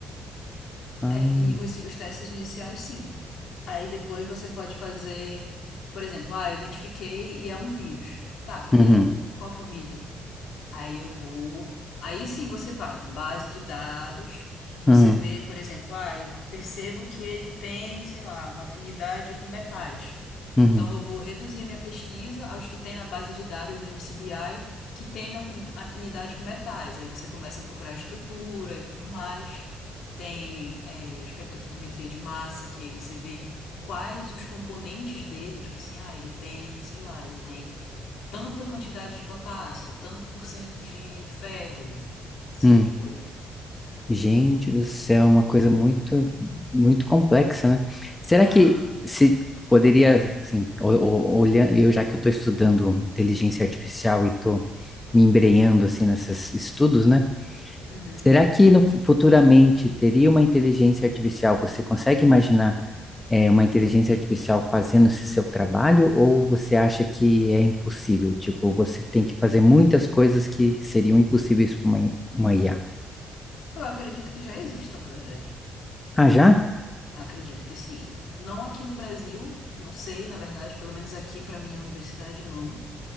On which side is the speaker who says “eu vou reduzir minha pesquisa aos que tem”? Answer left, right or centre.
Left